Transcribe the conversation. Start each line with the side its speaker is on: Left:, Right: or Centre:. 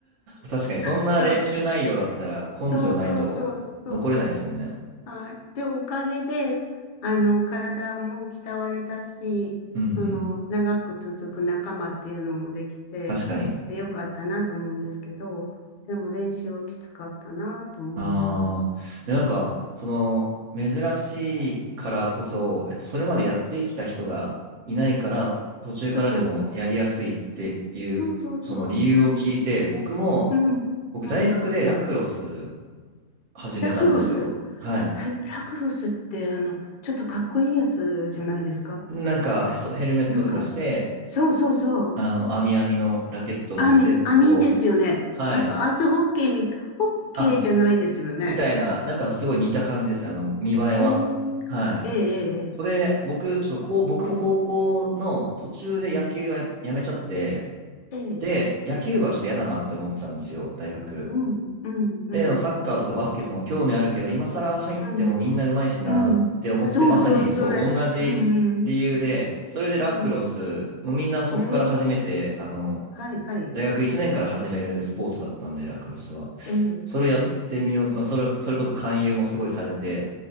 Right: 確かに、そんな練習内容だったら根性ないと残れないですもんね。
Left: そう。そうそうそうそう。はい。で、おかげで、あの、体も鍛われたし、
Right: うんうん。
Left: その、長く続く仲間っていうのもできて、
Right: 確かに。
Left: でよかったなと思うんですけど、でも練習はきつかったなと思います。
Right: ああ、
Left: はい。
Right: いやなんか、その、珍しいからこそ、えっと、それまでやってきた人がいないから、途中からでもやりやすいっていう、
Left: そう。そうそうそう。
Right: その理由を聞いて、
Left: うん。
Right: 僕も、
Left: うん、
Right: 僕、
Left: うん。
Right: 大学でラクロス始めたんですよ。
Left: ラクロス
Right: はい。
Left: はい、ラクロスって、あの、ちょっとかっこいいやつじゃないですか。
Right: なんか、そう、ヘルメットとかして、
Left: なんか、そうそうそう。
Right: あの、網網のラケットを持って、
Left: 網、網ですよね。
Right: こう、はい。
Left: なんかアイスホッケーみたい、ホッケーじゃないですよね。
Right: あ、みたいな、なんかすごい似た感じですね。あの、見栄えは。
Left: へえ、
Right: はい。
Left: ええ、ええ、
Right: それ、僕、ちょっとこう、僕も高校の途中で野球はや、やめちゃって、
Left: ええ、
Right: で、野球部はちょっと嫌だなって思ってたんですよ、大学。
Left: うん、うん、うん、
Right: で、サッカーとかバスケとかも興味あるけど、今更入ってもみんな上手いしなって思って、
Left: うん、うん。そうそう、
Right: まさにそう、
Left: それ、
Right: 同じ理由で、
Left: うん、
Right: それでラクロス、
Left: うん、
Right: もうみんなそこから始めて、
Left: うん。ええ、
Right: あの、
Left: はい、はい、
Right: 大学1年から始めるスポーツだったんで、ラクロスは。
Left: ええ、
Right: それやってみよう、
Left: ええ、
Right: まあ、それ、それこそ勧誘もすごいされて、